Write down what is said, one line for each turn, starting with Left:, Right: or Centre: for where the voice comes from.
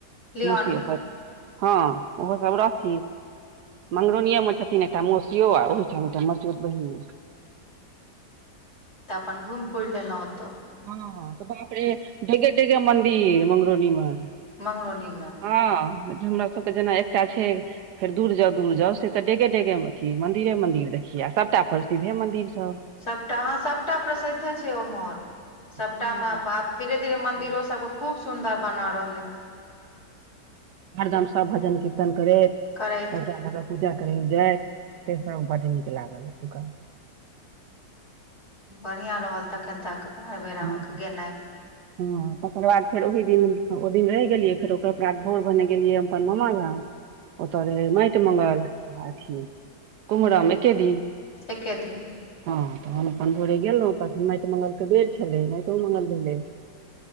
Left: लियौन
Right: मौसी ओकर हँ ओहोसभ रहथिन मंगरोनियेमे छथिन एकटा मौसियो आ ओहि ठाम एकटा मसयौत बहिनो
Left: तऽ अपन घूम फिर लेलौ ओतो
Right: हँ तऽ बाप रे डेगे डेगे मन्दिर मंगरौनीमे <inaudible>
Left: मंगरौनी मे
Right: हँ ज हमरा सबके जेना एकटा छै फेर दूर जाउ दूर जाउ से तऽ डेगे डगे मे अथी मंदिरे मंदिरे देखिये आ सभटा प्रसिद्धे मंदिर सब
Left: सभटा हँ सभटा प्रसिद्धे छै ओम्हर सबटामे
Right: मन्दिर
Left: आब धीरे धीरे मंदिरो
Right: हँ,
Left: सबके खूब सुंदर बना रह
Right: हरदम सब भजन कीर्तन करैत
Left: करैत
Right: पूजा करै लए जाइत से सब बड नीक लागल एतुका
Left: बढ़िआँ रहल तखन तक नय एहिबेर
Right: हँ
Left: अहाँके गेनाइ।
Right: हँ तकर बाद फेर ओहि दिन ओइ दिन रहि गेलियै फेर ओकर बाद भोर भने गेलियै हम अपन मामा गाम' ओतऽ रहय मेट मंगल आ अथी कुमरम एके दिन
Left: एके दिन
Right: हँ तऽ हम अपन भोरे गेलहुँ तखन माइट मंगलके बेर छलै माइटो मंगल भेलै।